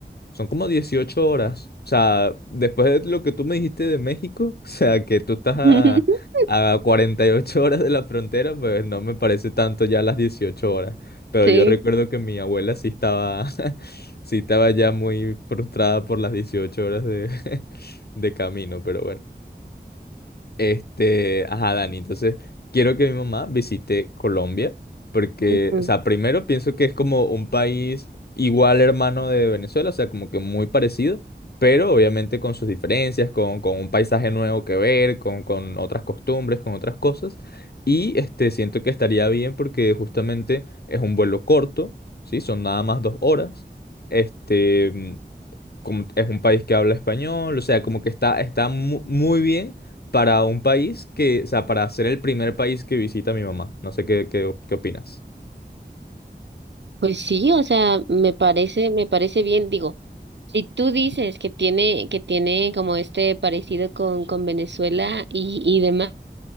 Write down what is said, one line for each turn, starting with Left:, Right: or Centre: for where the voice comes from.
Left: son como 18 horas. O sea, después de lo que tú me dijiste de México, <laughs> o sea, que tú estás a,
Right: <laughs>
Left: a 48 horas de la frontera, pues no me parece tanto ya las 18 horas. Pero
Right: Sí.
Left: yo recuerdo que mi abuela sí estaba, <laughs> sí estaba ya muy frustrada por las 18 horas de, <laughs> de camino, pero bueno. Este, ajá, Dani, entonces quiero que mi mamá visite Colombia porque,
Right: ujú.
Left: o sea, primero pienso que es como un país igual hermano de Venezuela, o sea, como que muy parecido, pero obviamente con sus diferencias, con, con un paisaje nuevo que ver, con, con otras costumbres, con otras cosas. Y este, siento que estaría bien porque justamente es un vuelo corto, ¿sí? Son nada más dos horas. Este, como es un país que habla español, o sea, como que está, está mu- muy bien para un país que, o sea, para ser el primer país que visita mi mamá. No sé qué, qué, qué opinas.
Right: Pues sí, o sea, me parece, me parece bien. Digo, si tú dices que tiene, que tiene como este parecido con, con Venezuela y, y demás.